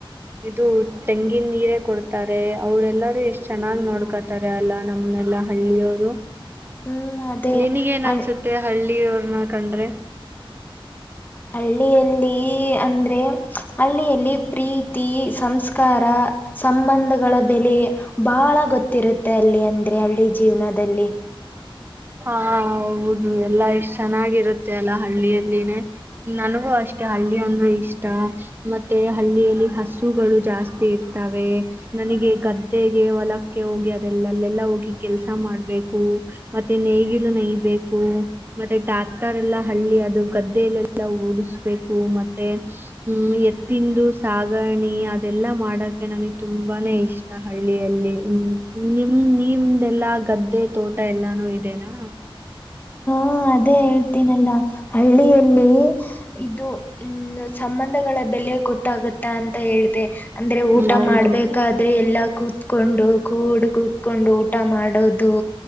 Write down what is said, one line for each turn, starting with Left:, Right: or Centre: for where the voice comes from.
Right: ಇದು ತೆಂಗಿನ ನೀರೇ ಕೊಡ್ತಾರೆ ಅವ್ರೆಲ್ಲರೂ ಎಷ್ಟ್ ಚೆನ್ನಾಗ್ ನೋಡ್ಕೊತಾರೆ ಅಲ್ಲಾ ನಮ್ಮನೆಲ್ಲಾ ಹಳ್ಳಿಯವರು
Left: ಹ್ಮ್ ಅದೇ
Right: ನಿನಗೇನ್
Left: ಹ
Right: ಅನ್ಸುತ್ತೆ ಹಳ್ಳಿ ನನ್ ಕಂಡ್ರೆ
Left: ಹಳಿ ಹಳ್ಳಿಯಲ್ಲಿ ಅಂದ್ರೆ ಹಳ್ಳಿಯಲ್ಲಿ ಪ್ರೀತಿ ಸಂಸ್ಕಾರ ಸಂಬಂಧಗಳ ಬೆಲೆ ಬಹಳ ಗೊತ್ತಿರುತ್ತೆ ಅಲ್ಲಿ ಅಂದ್ರೆ ಹಳ್ಳಿ ಜೀವನದಲ್ಲಿ.
Right: ಹಾ ಹೌದು ಎಲ್ಲಾ ಎಷ್ಟ್ ಚೆನ್ನಾಗಿರುತ್ತೆ ಅಲ್ಲ ಹಳ್ಳಿಯಲ್ಲಿನೇ ನನಗೂ ಅಷ್ಟ. ಮತ್ತೆ ಹಳ್ಳಿ ಅಂದ್ರೆ ಇಷ್ಟ ಮತ್ತೆ ಹಳ್ಳಿಯಲ್ಲಿ ಹಸುಗಳು ಜಾಸ್ತಿ ಇರ್ತವೆ ನನಗೆ ಗದ್ದೆಗೆ ಹೊಲಕ್ಕೆ ಹೋಗಿ ಅದೆಲ್ಲಲ್ಲೆಲ್ಲ ಹೋಗಿ ಕೆಲ್ಸ ಮಾಡ್ಬೇಕು ಮತ್ತೆ ನೇಗಿಲು ನೇಯಬೇಕು ಮತ್ತೆ ಟ್ಯಾಕ್ಟರ್ ಎಲ್ಲ ಹಳ್ಳಿ ಅದು ಗದ್ದೆಯಲ್ಲೆಲ್ಲ ಓಡಸ್. ಬೇಕು ಮತ್ತೆ ಹ್ಮ್ ಎತ್ತಿಂದು ಸಾಗಣಿ ಅದೆಲ್ಲಾ ಮಾಡಕ ನನಗ್ ತುಂಬಾನೇ ಇಷ್ಟ ಹಳ್ಳಿಯಲ್ಲಿ ಮ ನಿಮ್ ನಿಮ್ದೆಲ್ಲಾ ಗದ್ದೆ ತೋಟ ಎಲ್ಲಾನು ಇದೆನಾ.
Left: ಹ ಅದೇ ಹೇಳ್ತೀನಲ್ಲಾ ಹಳ್ಳಿಯಲ್ಲಿ. ಇದು ಹ್ಮ ಸಂಬಂಧಗಳ ಬೆಲೆ ಗೊತ್ತ. ಗೊತ್ತಗುತ್ತಾ ಅಂತ ಹೇಳ್ದೆ. ಅಂದ್ರೆ ಊಟ
Right: ಹೌದು
Left: ಮಾಡ್ಬೇಕಾದ್ರೆ ಎಲ್ಲಾ ಕೂ ಕೂತ್ಕೊಂಡು ಕೂಡ್ ಕೂತ್ಕೊಂಡು ಊಟ ಮಾಡೋದು